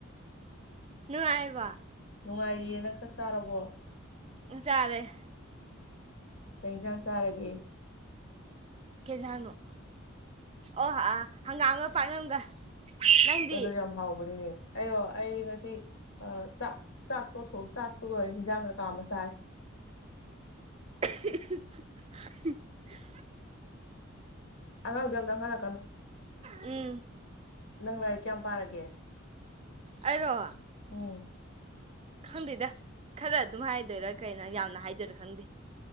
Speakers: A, on the right; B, on the left.
A: ꯅꯨꯡꯉꯥꯏꯔꯤꯕꯣ
B: ꯅꯨꯡꯉꯥꯏꯔꯤꯌꯦ ꯅꯪ ꯆꯥꯛ ꯆꯥꯔꯕꯣ
A: ꯆꯥꯔꯦ
B: ꯀꯩ ꯍꯤꯟꯖꯥꯡ ꯆꯥꯔꯒꯦ
A: ꯀꯦꯖꯥꯡꯅꯣ ꯑꯣ ꯑꯥ ꯍꯪꯒꯥꯝꯒ ꯄꯥꯛꯅꯝꯒ ꯅꯪꯗꯤ
B: ꯑꯗꯨ ꯌꯥꯝ ꯍꯥꯎꯕꯅꯤꯅꯦ ꯑꯩꯔꯣ ꯑꯩ ꯉꯁꯤ ꯆꯥꯛ ꯆꯥꯛ ꯇꯣꯊꯣꯛ ꯆꯥꯛꯇꯨꯒ ꯍꯟꯖꯥꯡꯒ ꯀꯥ ꯑꯃ ꯆꯥꯔꯦ
A: <unintelligible>
B: ꯑꯉꯥꯡꯗꯨ ꯌꯥꯝ ꯂꯥꯡꯍꯜꯂꯛꯀꯅꯨ
A: ꯎꯝ
B: ꯅꯪ ꯂꯥꯏꯔꯤꯛ ꯀꯌꯥꯝ ꯄꯥꯔꯒꯦ
A: ꯑꯩꯔꯣ
B: ꯎꯝ
A: ꯈꯪꯗ‌ꯦꯗ ꯈꯔ ꯑꯗꯨꯝ ꯍꯥꯏꯗꯣꯏꯔ ꯀꯩꯅꯣ ꯌꯥꯝꯅ ꯍꯥꯏꯗꯣꯏꯔꯥ ꯈꯪꯗꯦ